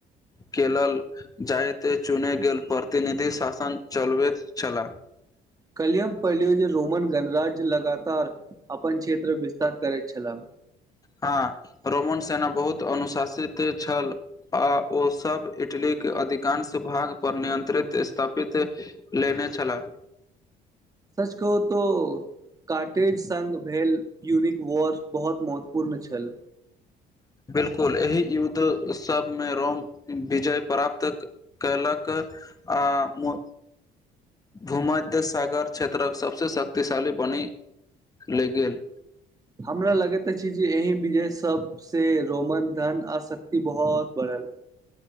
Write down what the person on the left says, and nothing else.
केलल जायते चुने गेल प्रतिनिधि शासन चलबैत छलाह
हाँ रोमन सेना बहुत अनुशासित छल आ ओ सब इटली के अधिकांश भाग पर नियंत्रित स्थापित लेने छलेह
बिल्कुल एहि युद्ध सब में रोम विजय प्राप्त कयलक आ मु भूमध्य सागर क्षेत्रक सबसे शक्तिशाली बनी ले गेल